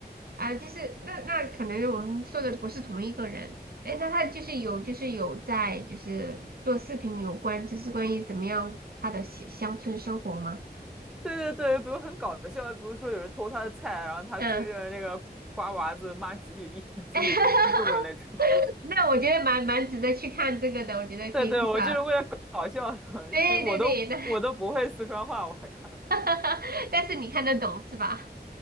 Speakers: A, on the right; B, in the centre.
A: 啊，就是那那可能我们说的不是同一个人。哎，那他就是有就是有在就是做视频有关，就是关于怎么样他的乡乡村生活吗？
B: 对对对，比如很搞笑，比如说有人偷他的菜，然后他追着那个瓜娃子骂几里力、
A: 嗯，
B: <laughs> 几里嘟噜的那种，
A: <laughs> 那我觉得蛮蛮值得去看这个的，我觉得可以至少
B: <laughs> 对对，我就是为了搞笑的，
A: 对对对，
B: <laughs> 其实我都我都不会四川话，
A: 那
B: 我还看，
A: <laughs> 但是你看得懂是吧？